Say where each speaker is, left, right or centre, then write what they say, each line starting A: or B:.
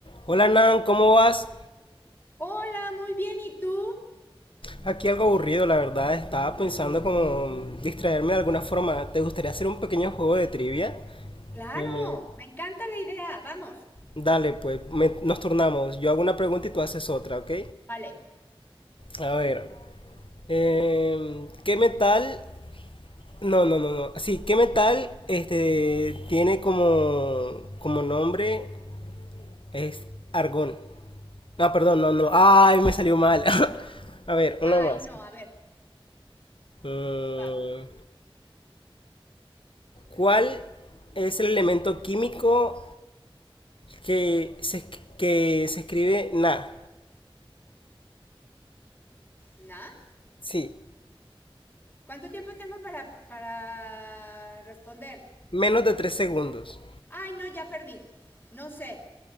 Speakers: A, on the left; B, on the left.
A: Hola Nan, ¿cómo vas?
B: Hola, muy bien, ¿y tú?
A: Aquí algo aburrido, la verdad. Estaba pensando como distraerme de alguna forma. ¿Te gustaría hacer un pequeño juego de trivia?
B: Claro,
A: Eh,
B: me encanta la idea, vamos.
A: dale, pues me- nos turnamos. Yo hago una pregunta y tú haces otra, ¿ok?
B: Vale.
A: A ver. em, ¿qué metal? No, no, no, no. Sí, ¿qué metal este tiene como como nombre es argón? Ah, perdón, no, no. Ay, me salió mal. <laughs> A ver,
B: Ay,
A: una más.
B: no, a ver,
A: Mm,
B: va-
A: ¿Cuál es el elemento químico que se, que se escribe Na?
B: ¿na?
A: Sí,
B: ¿Cuánto tiempo tengo para, para responder?
A: menos de tres segundos.
B: Ay, no, ya perdí. No sé.